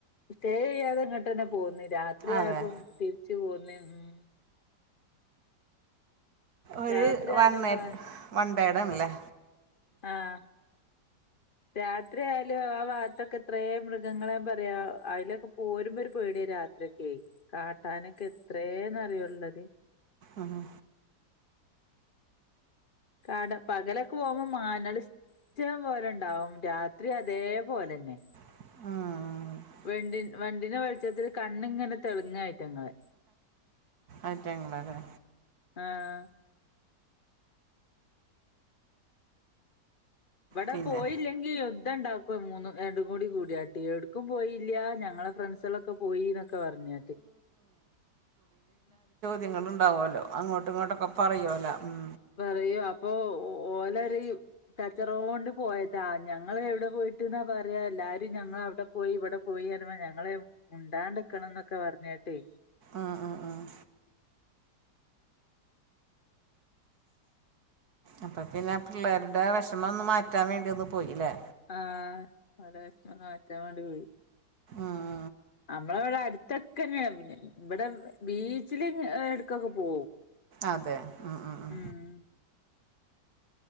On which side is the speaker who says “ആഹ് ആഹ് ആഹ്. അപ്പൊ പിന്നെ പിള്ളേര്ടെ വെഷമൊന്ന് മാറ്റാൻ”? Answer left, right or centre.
Right